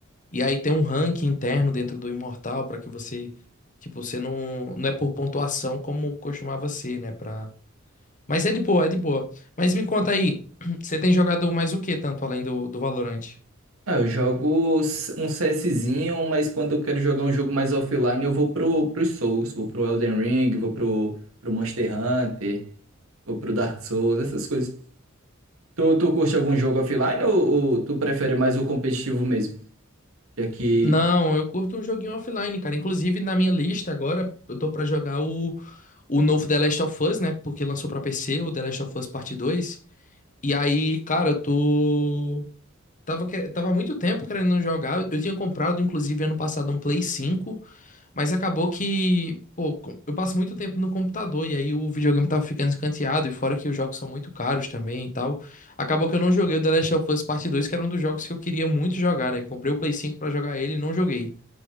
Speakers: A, on the left; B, on the right.
A: E aí tem um ranking interno dentro do Imortal pra que você, tipo, você não, não é por pontuação como costumava ser, né, para Mas é de boa, é de boa. Mas me conta aí, <clears throat> você tem jogado mais o que tanto além do, do Valorant?
B: Ah, eu jogo s- um CSzinho, mas quando eu quero jogar um jogo mais offline, eu vou pro, pros Souls, vou pro Elden Ring, vou pro, pro Monster Hunter, vou pro Dark Souls, essas coisas. Tu, tu curte algum jogo offline ou, ou tu prefere mais o competitivo mesmo? Já que
A: Não, eu curto um joguinho offline, cara. Inclusive, na minha lista agora, eu tô pra jogar o, o novo The Last of Us, né? Porque lançou pra PC, o The Last of Us Parte Dois. E aí, cara, eu tô. Tava, que- Tava há muito tempo querendo jogar. Eu tinha comprado, inclusive, ano passado, um Play cinco, Mas acabou que, pô, com- eu passo muito tempo no computador e aí o videogame tava ficando escanteado. E fora que os jogos são muito caros também e tal. Acabou que eu não joguei o The Last of Us Parte Dois, que era um dos jogos que eu queria muito jogar, né? Comprei o Play 5 pra jogar ele e não joguei.